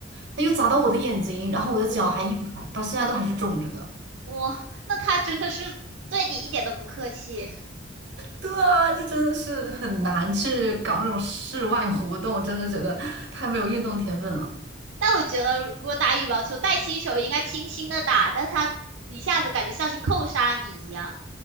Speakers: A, on the right (about 60°); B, on the right (about 80°).
A: 他又砸到我的眼睛，然后我的脚还一崴，
B: 我
A: 到现在都还是肿着的。
B: 我那他真的是对你一点都不客气。
A: 对啊，这真的是很难去搞那种室外活动，真的觉得太没有运动天分了。
B: 嗯，但我觉得，如果打羽毛球，带新手应该轻轻的打，但他一下子感觉像是扣杀你一样，